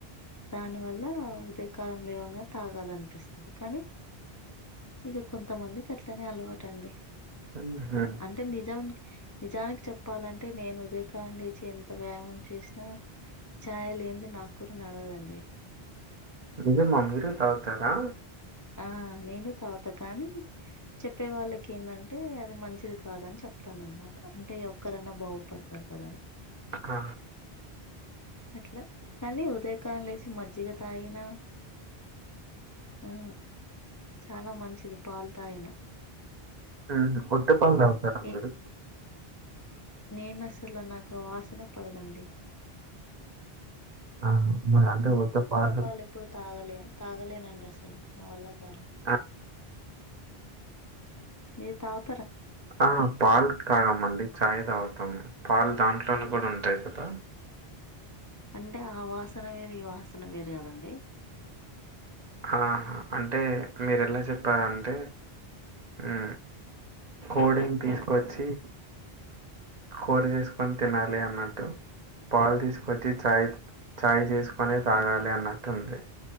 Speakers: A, on the left (about 25°); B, on the right (about 45°).
A: దాని వల్ల ఉదయ కాలంలో ఏమన్నా తాగాలనిపిస్తుంది కానీ ఇక కొంతమందికి అట్లనే అలవాటు అండి
B: హుహు.
A: అంటే నిజా నిజానికి చెప్పాలంటే నేను ఉదయకాలం లేచి ఎంత వ్యాయామం చేసినా చాయ్ లేనిదే నాకు కూడా నడవదండి
B: నిజమా మీరు తాగుతారా
A: ఆ నేను తాగుతా కానీ చెప్పే వాళ్ళకి ఏందంటే అది మంచిది కాదని చెప్తాను అన్నమాట అంటే ఒక్కరైనా బాగుపడత పడతవ్ గానె
B: ఆ
A: అట్లా కానీ ఉదయకాలం లేసి మజ్జిగ తాగిన ఆ చాలా మంచిది పాలు తాగిన
B: ఉహుమ్ ఉత్త పాలు తాగుతర
A: ఏ
B: మీరు
A: నేను అసలు నాకు వాసనే పడదండి
B: ఆహా! మరి అంటే
A: ఉత్త
B: పాలు
A: ఉత్తపాలు ఎప్పుడు తాగలే తాగలేనండి అస నా వల్ల కాదు
B: ఆ!
A: మీ తాగు
B: ఆ పాలు తగమండి చాయ్ తాగుతాము పాలు దాంట్లోనే కూడా ఉంటాయి కదా
A: అంటే ఆ వాసన వేరు ఈ వాసన వేరు కదండి
B: ఆహా అంటే మీరు ఎలా చెప్పారు అంటే ఆ కోడిని తీసుకొచ్చి కూర చేసుకొని తినాలి అన్నట్టు పాలు తీసుకొచ్చి చాయ్ చాయ్ చేసుకొనే తాగాలి అన్నట్టుంది